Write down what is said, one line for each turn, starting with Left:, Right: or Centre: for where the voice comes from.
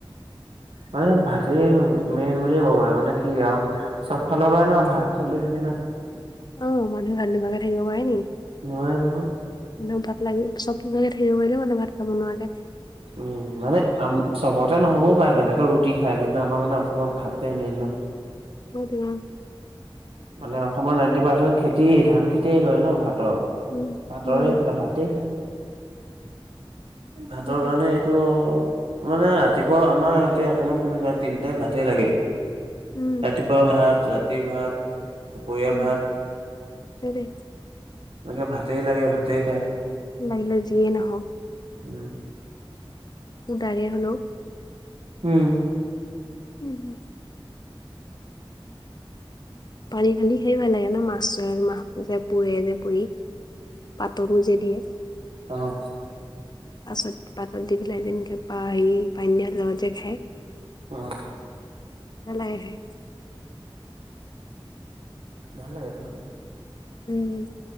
Right: মানে ভাতেই মেইন বুলিয়ে ক'ব পাৰি মানে কি আৰু চব ফালৰ পৰা ন ভাত চলি থাকে না
Left: অ মানুহে ভাত নোখোৱাকে থাকিব পাৰে নেকি
Right: নোৱাৰে নহয়
Left: মানে <unintelligible> লাগিলে চব নোখোৱাকৈ থাকিব‌ পাৰিলেও ভাত নোখোৱাকে থাকিব নোৱাৰে
Right: উম মানে চবতে নহ'বও পাৰে বেলেগৰ ৰুটি খায় কিন্তু আমাৰ মানে অসমত ভাতটে মেইন ন
Left: হয় দিয়া
Right: মানে অসমৰ নাইনটি পাৰ্চেণ্ট খেতি ধান খেতিয়ে কৰে নহ ভাতৰ,
Left: উম
Right: ভাতৰে
Left: উম
Right: খায় ভাতে খায়। ভাতৰ
Left: সেইটোৱে
Right: কাৰণে তহ মানে ৰাতিপুৱা আমাৰ ইতে অসমত কেনেকুৱা তিনি টাইম ভাতেই লাগে।
Left: উম
Right: ৰাতিপুৱা ভাত, ৰাতি ভাত দুপৰীয়া
Left: উম
Right: ভাত,
Left: সেইটোৱে
Right: এনেকে ভাতেই লাগে ভাতেই খায়।
Left: লাগিলে যিয়ে নহওক
Right: উম
Left: উদাগে হলেও
Right: উম
Left: <unintelligible> পানী খালি সেই ভাল লাগে নহ মাছৰে মাছ যে পুৰে যে পুৰি পাতৰো যে দিয়ে
Right: অহ
Left: পাছত পাতত দি পেলাই আনি তেনেকৈ হেৰি পানী দিয়া ভাতৰ লগত যে খায়।
Right: অহ
Left: ভাল লাগে খাই
Right: ভাল লাগেটো খালে
Left: উম